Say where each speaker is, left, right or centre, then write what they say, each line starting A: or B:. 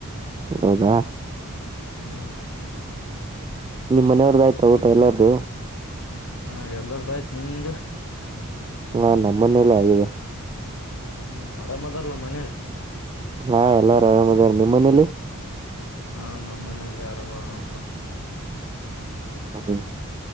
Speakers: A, on the right (about 20°); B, on the left (about 70°).
A: ಹೌದಾ
B: ಹ
A: ನಿಮ್ಮ್ ಮನೆಯವ್ರ್ದು ಆಯ್ತಾ ಊಟ ಎಲ್ಲಾರ್ದು
B: ಹಾ ಎಲ್ಲರದ ಆಯ್ತು ನಿಮ್ದ
A: ಹಾ ನಮ್ಮನೇಲ್ಲ ಆಗಿದೆ
B: ಹ್ಮ್ ಆರಾಮ ಅದಾರಲ್ಲ ಮನಯಾಗ
A: ಹಾ ಎಲ್ಲಾರು ಆರಾಮದಾರ ನಿಮ್ಮ್ ಮನೇಲಿ
B: ಹಾ ನಮ್ಮ್ ಮನಲಿ ಆರಾಮಾರ ನೋಡಪಾ
A: ಹ